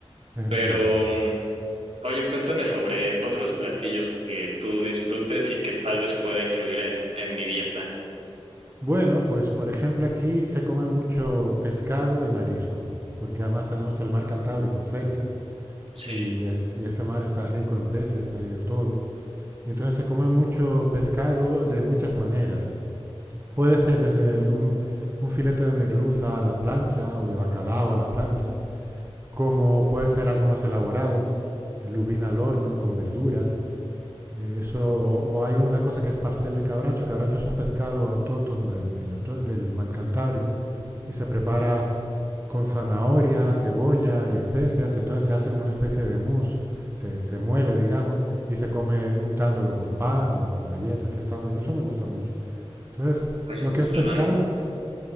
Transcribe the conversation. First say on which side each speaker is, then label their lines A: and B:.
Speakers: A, on the right (about 25°); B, on the right (about 75°).
A: eh,
B: Pero,
A: sí.
B: mm, oye, cuéntame sobre otros platillos que tú disfrutes y que tal vez pueda incluir en, en mi dieta.
A: Bueno, pues por ejemplo aquí se come mucho pescado y marisco, porque además tenemos el mar Cantábrico cerca.
B: Sí.
A: y, es- y ese mar está rico en peces, hay de todo. Y entonces se come mucho pescado de muchas maneras. Puede ser desde un, un filete de merluza a la plancha o de bacalao a la plancha, como puede ser algo más elaborado, lubina al horno con verduras. eh, Eso, o, o hay una cosa que es pastel de cabracho. Cabracho es un pescado autóctono del, del del Mar Cantábrico y se prepara
B: Sí.
A: con zanahoria, cebolla y especias, y entonces se hace como una especie de mousse, se, se muele, digamos, y se come untándolo con pan o con galletas, y está muy bien. Eso me gusta mucho. Entonces,
B: Oye,
A: lo
B: suena,
A: que es pescado,